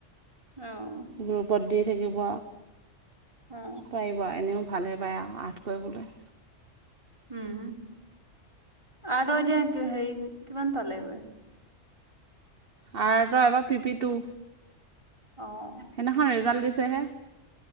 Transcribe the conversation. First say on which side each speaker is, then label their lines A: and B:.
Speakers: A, on the right; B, on the right.
A: অ
B: গ্ৰুপত দি থাকিব
A: অ
B: পাৰিব এনেও ভালেই পায় আ আৰ্ট কৰিবলৈ
A: উম আৰ্ট ত এতিয়া হেৰি কিমান পালেগৈ
B: আৰ্ট ত এইবাৰ পিপি টু
A: অ
B: সেখন ৰিজাল্ট দিছেহে